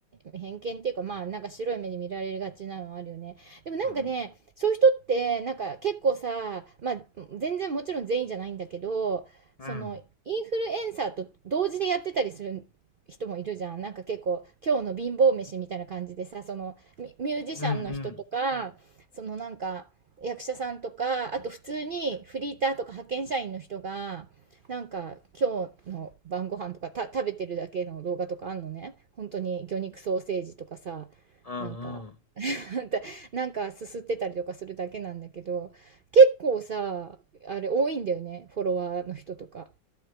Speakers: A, on the right (about 80°); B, on the left (about 55°).
A: 偏見っていうか、まあなんか白い目で見られがちなのはあるよね。でもなんかね、
B: うん。
A: そういう人ってなんか結構さ、まあ全然もちろん全員じゃないんだけど、
B: うん。
A: そのインフルエンサーと同時でやってたりする人もいるじゃん。なんか結構今日の貧乏飯みたいな感じでさ、そのミミュージシャンの人とか、
B: うんうん。
A: そのなんか役者さんとか、あと普通にフリーターとか派遣社員の人が、なんか今日の晩ご飯とかた食べてるだけの動画とかあんのね。本当に魚肉ソーセージとかさ、
B: うんうん。
A: なんか <laughs> なんかすすってたりとかするだけなんだけど、結構さ、あれ多いんだよね、フォロワーの人とか。